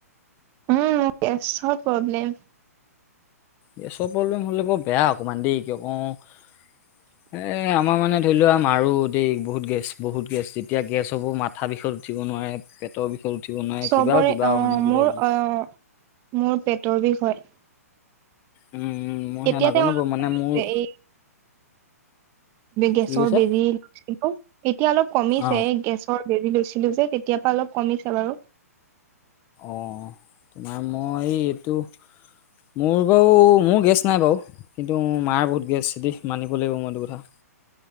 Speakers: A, on the right; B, on the left.
A: উম মোৰ গেছৰ পব্লেম‌।
B: গেছৰ প্ৰব্লেম হলে ব বেয়া অকমান দেই কিয় কওঁ,
A: <inaudible>
B: এ আমাৰ মানে ধৰি লোৱা মাৰো দেই বহুত গেছ বহুত গেছ যেতিয়া গেছ হ'ব মাথা বিষত উঠিব নোৱাৰে। পেটৰ বিষত উঠিব নোৱাৰে
A: চবৰে
B: কিবাও কিবা
A: অ',
B: মানে কিবা
A: মোৰ
B: কিবি
A: অ' মোৰ পেটৰ বিষ হয়।
B: উম মই
A: এতিয়া
B: সেয়া নাজানো
A: তেওঁ অলপ
B: বাৰু মানে
A: কমিছে
B: মোৰ
A: এই গেছৰ
B: কি কৈছা
A: বেজি লৈছিলো এতিয়া অলপ কমিছে
B: অ
A: গেছৰ - বেজি লৈছিলোঁ যে তেতিয়া পা অলপ কমিছে বাৰু
B: অ', তোমাৰ মই এইটো মোৰ বাৰু মোৰ গেছ নাই বাৰু কিন্তু মাৰ বহুত গেছ দেই মানিব লাগিব মই এইটো কথা